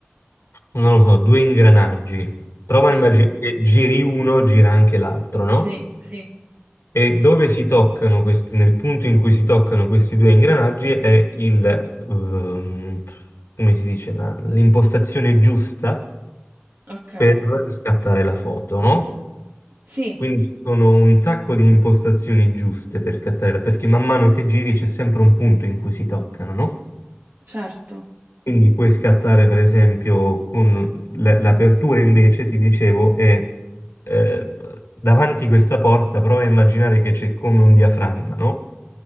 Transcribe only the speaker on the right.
sì,
sì,
sì,
ok.
Sì,
certo.